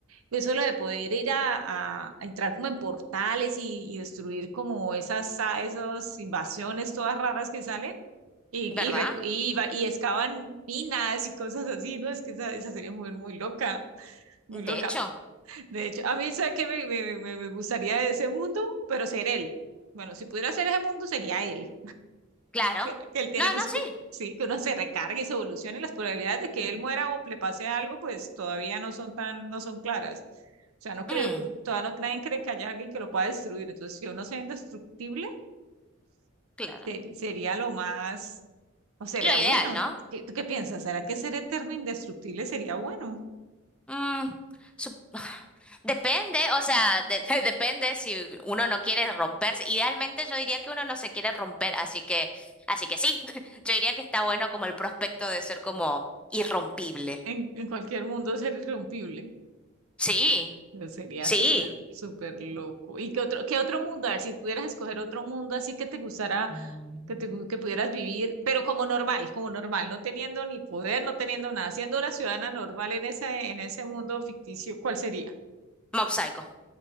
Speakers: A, on the right; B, in the centre.
A: eso lo de poder ir a, a- entrar como en portales y, y destruir como esas, a- esas invasiones todas raras que salen y,
B: ¿Verdad?
A: y, recu- y, va- y excavan minas y cosas así, ¿no? Es que esa, esa sería muy, muy loca, muy
B: De
A: loca.
B: hecho,
A: De hecho, a mí, ¿sabes qué me, me, me, me gustaría de ese mundo? Pero ser él. Bueno, si pudiera ser ese mundo, sería él
B: claro.
A: que, que él tiene,
B: No,
A: pues
B: no,
A: co-
B: sí.
A: sí, que uno se recargue y se evolucione, y las probabilidades de que él muera o le pase algo, pues todavía no son tan, no son claras. O sea, no creo,
B: Mm,
A: que- todavía no, nadie cree que haya alguien que lo pueda destruir. Entonces, que uno sea indestructible
B: claro.
A: ser- sería lo más, o sería
B: Lo ideal,
A: bueno.
B: ¿no?
A: ¿Qué- ¿Tú qué piensas? ¿Será que ser eterno indestructible sería bueno?
B: Mm, sup- <sighs> Depende, o sea, de- de- depende si uno no quiere romperse. Idealmente yo diría que uno no se quiere romper, así que, así que sí. <laughs> Yo diría que está bueno como el prospecto de ser como irrompible.
A: En, en cualquier mundo ser irrompible.
B: Sí,
A: Pero Sería
B: sí.
A: súper, súper loco. ¿Y qué otro, qué otro mundo? A ver, si pudieras escoger otro mundo así que te gustara
B: Mm.
A: que, te- que pudieras vivir, pero como normal, como normal, no teniendo ni poder, no teniendo nada, siendo una ciudadana normal en ese, en ese mundo ficticio, ¿cuál sería?
B: Mob Psycho.